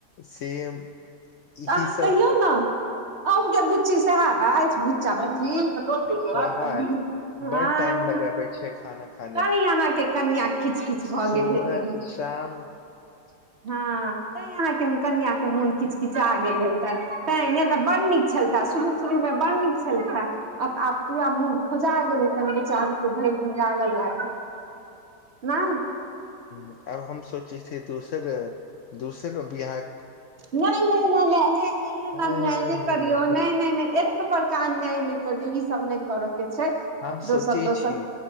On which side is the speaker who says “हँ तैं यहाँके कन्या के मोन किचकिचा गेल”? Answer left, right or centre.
Right